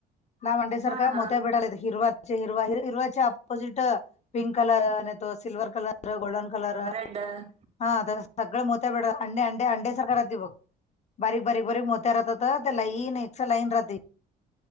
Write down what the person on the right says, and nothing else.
हा हा
ड.